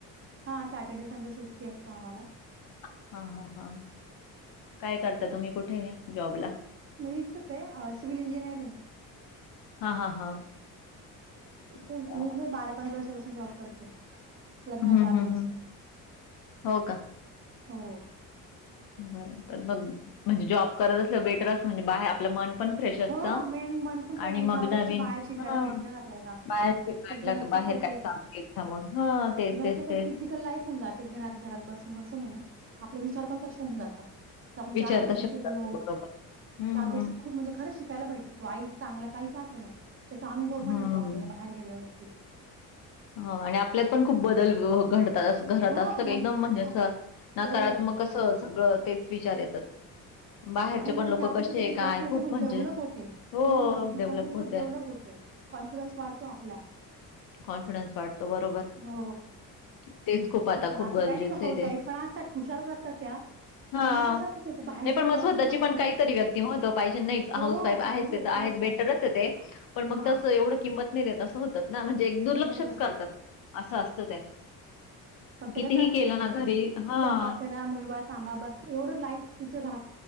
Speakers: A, on the right; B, on the left.
A: हा सॅटर्डे संडे सुट्टी असते आम्हांला.
B: हा हा हा काय करता, तुम्ही कुठे आहे जॉबला.
A: मी इथेच आहे सिविल इंजिनियरिंग.
B: हा हा हा.
A: तुमचं
B: बरं.
A: मी जर बारा पंधरा वर्षपासून जॉब करते. लग्नांच्या
B: हं,
A: आधीपासून
B: हं, हं. हो
A: हो.
B: बर मग म्हणजे जॉब करत असलं, बेटर अस म्हणजे बाहेर आपलं मन पण फ्रेश असतं.
A: हो, मेन मन पण फ्रेश
B: आणि मग
A: चार
B: नवीन
A: गोष्टी बाहेर शिकायला
B: ह
A: भेटतात आपल्याला.
B: बाहेर काय
A: ते घरात
B: बाहेर
A: कसं आहे,
B: काय
A: तेच
B: काम असते. हा तेच
A: घरात
B: तेच
A: कसं
B: तेच.
A: एक लाईफ होऊन जाते घरात घरात बसून बसून आहेना आपले विचार पण तसे होऊन जाता तर आपण
B: विचार
A: चार ठिकाणी
B: तर शब्दाचे
A: फिरलो
B: बरोबर. हं,
A: चार गोष्टी
B: हं.
A: खूप म्हणजे खरं शिकायला भेटतात वाईट चांगला काही का असे ना त्याचा अनुभव
B: हं.
A: पण येतो आपल्याला बाहेर गेल्यावर.
B: ह आणि आपल्यात पण खूप बदल हो गड त अस घरात
A: हो
B: असलं क
A: मग
B: एकदम म्हणजे असं
A: आप
B: नकारात्मक
A: बरोबर आहे
B: असं सगळं तेच विचार येतात. बाहेरचे
A: बाहेर
B: पण
A: गेले
B: लोकं
A: की आपली
B: कसे
A: स्वतची
B: आहे काय
A: पर्सनलिटी
B: खूप म्हणजे
A: डेव्हलोप होते
B: हो
A: मेन म्हणजे आपची
B: डेव्हलप
A: पर्सनॅलिी
B: होते.
A: खूप डेव्हलोप होते. कॉन्फिडन्स वाढतो आपला.
B: कॉनफिडन्स वाढतो बरोबर.
A: हो
B: हं. तेच खूप आता
A: पण
B: खूप
A: असं
B: गरजेचं
A: काही नाही का हाऊस
B: आहे
A: वाईफ पण असतात हुशारच असतात त्या.
B: हा
A: पण मग कसं असत होत बाहेर
B: नाही
A: जेव्हा
B: पण मग
A: पळतो
B: स्वतःची
A: ना आपण
B: पण काहीतरी व्यक्ती महत्व पाहिजे नाही
A: हो
B: हाऊस वाईफ आहेच
A: पाहिजे
B: ते तर आहे
A: खरंच
B: बेट
A: पाहिजे
B: च येते पण मग
A: हा
B: तस एवढं किंमत नाही देत असं होत. ना म्हणजे दुर्लक्षच
A: बरोबर
B: करतात
A: आहे
B: असं असतं ते.
A: प्रत्येकाचं
B: कितीही
A: असतं
B: केलं
A: ते
B: ना
A: स्वयपाकरा
B: घरी हां,
A: मुलबा कामापासून एवढं लाईफ तिचं झा